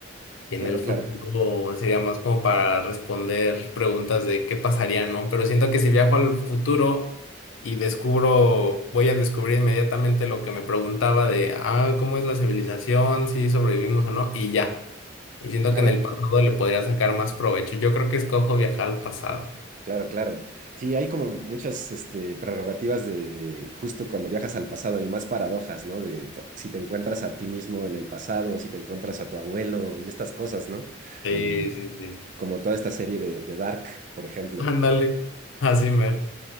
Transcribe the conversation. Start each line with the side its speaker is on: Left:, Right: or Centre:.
Left: En
Right: claro,
Left: el futuro
Right: claro,
Left: sería más como para responder preguntas de qué pasaría, ¿no? Pero siento que si viajo al futuro y descubro, voy a descubrir inmediatamente lo que me preguntaba de, ah, ¿cómo es la civilización? Si sobrevivimos o no, y ya. Y siento
Right: claro,
Left: que en el pasado le podría sacar más provecho. Yo creo que escojo viajar al pasado.
Right: to- claro, claro. Sí, hay como muchas este, prerrogativas de justo cuando viajas al pasado y más paradojas, ¿no? De por- si te encuentras a ti mismo en el pasado, si te encuentras a tu abuelo y estas cosas, ¿no?
Left: Sí,
Right: Eh,
Left: sí, sí.
Right: como toda esta serie de, de Dark, por ejemplo.
Left: Ándale, así mero.